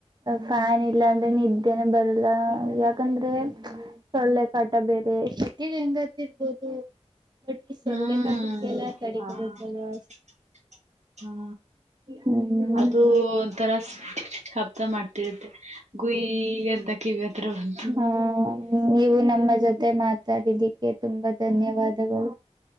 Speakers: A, on the right; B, on the right.
A: ಫ್ಯಾನ್ ಇಲ್ಲ ಅಂದ್ರಾಗ ನಿದ್ದೇನೆ ಬರಲ್ಲ ಯಾಕಂದ್ರೆ ಸೊಳ್ಳೆ ಕಾಟ ಬೇರೆ ಸೆಕ್ಕೆ ಹೆಂಗಾದ್ರೂ ಇರ್ಬೋದು ಬಟ್ ಈ ಸೊಳ್ಳೆ
B: ಹ್ಮ್
A: ಕಾಟಕ್ಕೆಲ್ಲ ತಡಿಕೋಬೇಕಲ್ವಾ
B: ಹ ಹ
A: ಹ್ಮ್
B: ಅದು ಒಂಥರ ಶಬ್ದ ಮಾಡ್ತಿರುತ್ತೆ ಗುಯಿ ಎಂತ ಕಿವಿ ಹತ್ರ ಬಂತು
A: ಹಾ ನೀವು ನಮ್ಮ ಜೊತೆ ಮಾತಾಡಿದಕ್ಕೆ ತುಂಬಾ ಧನ್ಯವಾದಗಳು